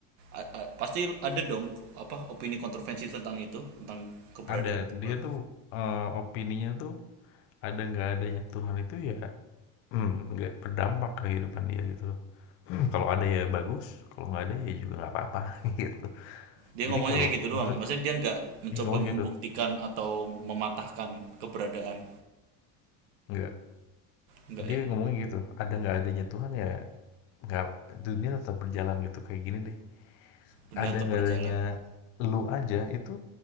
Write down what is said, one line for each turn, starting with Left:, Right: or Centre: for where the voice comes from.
Right: a- a- pasti ada dong apa opini kontroversi tentang itu tentang keberadaan
Left: ada,
Right: Tuhan
Left: dia tuh, eee, opininya tuh ada nggak adanya Tuhan itu ya, mmm, nggak berdampak ke kehidupan dia gitu loh. <clears throat> Kalau ada ya bagus, kalau nggak ada ya juga nggak apa-apa <laughs> gitu.
Right: dia
Left: Jadi
Right: ngomongnya
Left: kalau
Right: kayak gitu
Left: maksudnya
Right: doang maksudnya dia nggak mencoba
Left: dia ngomong
Right: membuktikan
Left: gitu,
Right: atau mematahkan keberadaan
Left: nggak
Right: enggak
Left: dia
Right: ya
Left: ngomongnya gitu, ada nggak adanya Tuhan ya nggak dunia tetap berjalan gitu, kayak gini deh,
Right: dunia
Left: ada
Right: tetap
Left: nggak
Right: berjalan
Left: adanya lu aja itu